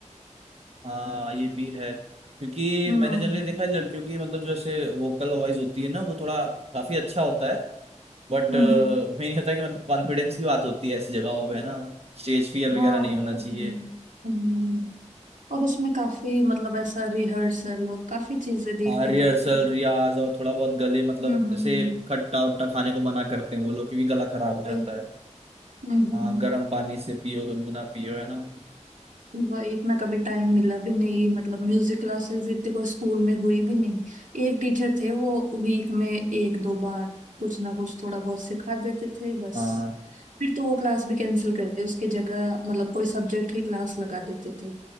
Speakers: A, on the right; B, on the right.
A: हाँ ये भी है क्योंकि
B: हम्म
A: मैंने जनरली देखा है लड़कियों की मतलब जो ऐसे वोकल वॉइस होती है ना वो थोड़ा काफी अच्छा होता है बट
B: हम्म
A: मेन होता है कि मतलब कॉन्फिडेंस की बात होती है ऐसी जगहों पे है ना स्टेज फियर वगैरह
B: हाँ
A: नहीं होना
B: वो
A: चाहिए
B: है। हम्म और उसमें काफी मतलब ऐसा रिहर्सल और काफी चीजें देखनी
A: हाँ रिहर्सल
B: पड़ती है
A: रियाज और थोड़ा बहुत गले मतलब
B: हम्म
A: जैसे
B: हम्म,
A: खट्टा उट्टा खाने को मना करते हैं वो लोग क्योंकि गला खराब हो जाता
B: वही
A: है
B: हम्म हम्म,
A: हाँ गर्म पानी से पियो गुनगुना पियो है ना
B: वही इतना कभी टाइम मिला भी नहीं मतलब म्यूजिक क्लासेस इतने कोई स्कूल में हुई भी नहीं एक टीचर थे वो वीक में एक दो बार कुछ ना कुछ थोड़ा बहुत सिखा देते थे बस
A: हाँ
B: फिर तो वो क्लास भी कैंसिल कर दी उसकी जगह मतलब कोई सब्जेक्ट ही क्लास लगा देते थे